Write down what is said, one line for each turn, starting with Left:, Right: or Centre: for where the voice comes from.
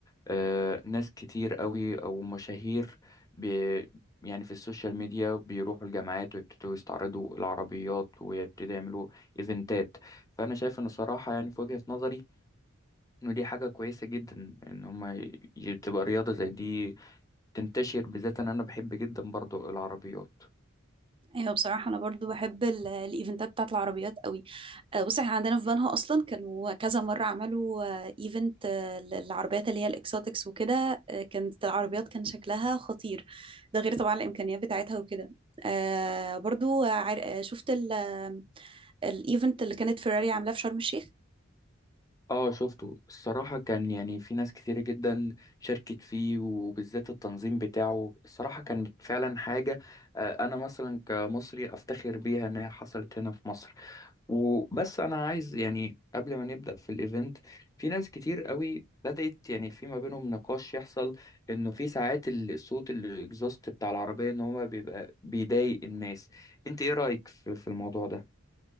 Left: آه، ناس كتير قوي او مشاهير بي يعني في السوشيال ميديا بيروحوا الجامعات ويبتدوا يستعرضوا العربيات ويبتدوا يعملوا ايفنتات فانا شايف ان صراحه يعني في وجهه نظري انه دي حاجه كويسه جدا ان هما ي- تبقى رياضه زي دي تنتشر بالذات ان انا بحب جدا برضو العربيات
Right: ايوه بصراحه انا برضو بحب ال- الايفنتات بتاعت العربيات قوي آه، بص احنا عندنا في بنها اصلا كانوا كذا مره عملوا آه، ايفنت آه، للعربيات اللي هي الاكسوتكس وكده آه، كانت العربيات كان شكلها خطير ده غير طبعا الامكانيات بتاعتها وكده آه برضو آه، عار- آه، شفت ال- آه، الايفنت اللي كانت فيراري عاملاه في شرم الشيخ
Left: اه شفته الصراحة كان يعني في ناس كتير جدا شاركت فيه وبالذات التنظيم بتاعه الصراحة كانت فعلا حاجة آه، أنا مثلا كمصري أفتخر بيها إن هي حصلت هنا في مصر وبس أنا عايز يعني قبل ما نبدأ في الإيفنت في ناس كتير قوي بدأت يعني في ما بينهم نقاش يحصل إنه في ساعات ال- الصوت الإكزوست بتاع العربية إن هو بيبقى بيضايق الناس أنت إيه رأيك في في الموضوع ده؟